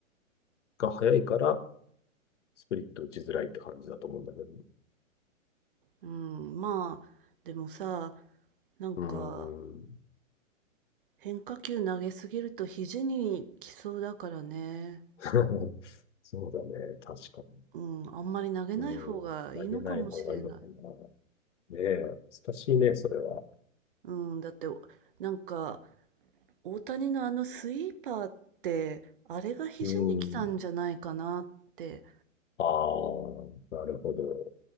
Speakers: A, on the left; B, on the right.
A: が速いから、スプリット打ちづらいって感じだと思うんだけど。
B: うん、まあ、でもさ、なんか
A: うーん。
B: 変化球投げすぎると肘にきそうだからね。
A: <laughs> そうだね。確かに。
B: うん、あんまり投げない方がいいのかもしれない。
A: うん。投げない方がいいのかな。ねえ、難しいね、それは。
B: うん、だって、なんか大谷のあのスイーパーって、あれが肘に来たんじゃないかなって。
A: うん。ああ、なるほど。